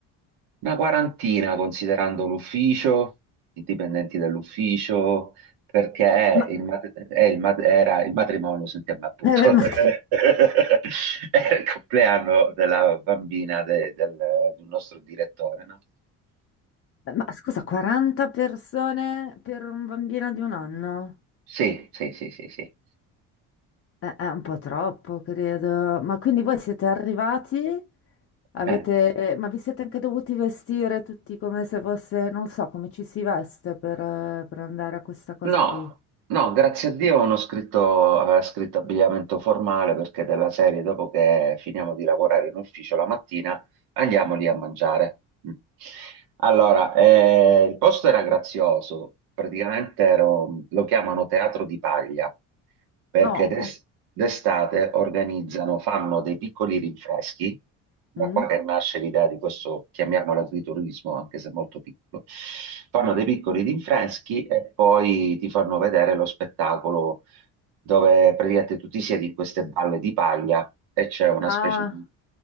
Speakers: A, on the right; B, on the left.
A: Una quarantina considerando l'ufficio, i dipendenti dell'ufficio, perché
B: Ma,
A: è
B: <laughs>
A: il mat- è il mat- era il matrimonio, sentiamo appunto,
B: eh, ma-
A: <laughs> era il compleanno della bambina de- del, del nostro direttore, no?
B: ma scusa, 40 persone per un bambino di un anno?
A: Sì, sì, sì, sì, sì.
B: Eh, È, un po' troppo, credo. Ma quindi voi siete arrivati? Avete,
A: Eh,
B: ma vi siete anche dovuti vestire tutti come se fosse, non so, come ci si veste per, eh, per andare a questa cosa
A: No,
B: qui.
A: no, grazie a Dio non ho scritto, aveva scritto abbigliamento formale perché della serie, dopo che finiamo di lavorare in ufficio la mattina, Andiamo lì a mangiare. Mm. Allora, eh, il posto era grazioso, praticamente ero- lo chiamano Teatro di Paglia, perché
B: Oh,
A: d'es- d'estate organizzano, fanno dei piccoli rinfreschi, da
B: mm.
A: qua che nasce l'idea di questo, chiamiamolo agriturismo, anche se molto piccolo. Fanno dei piccoli rinfreschi e poi ti fanno vedere lo spettacolo dove praticamente tu ti siedi in queste balle di paglia e c'è una
B: Ah,
A: specie di